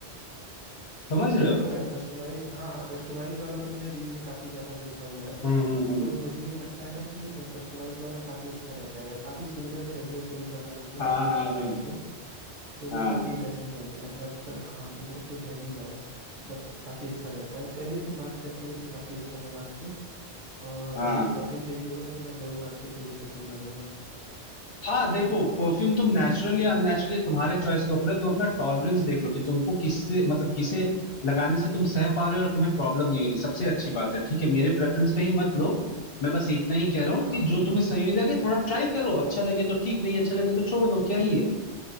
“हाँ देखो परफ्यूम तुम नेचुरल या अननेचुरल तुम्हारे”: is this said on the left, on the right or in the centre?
Left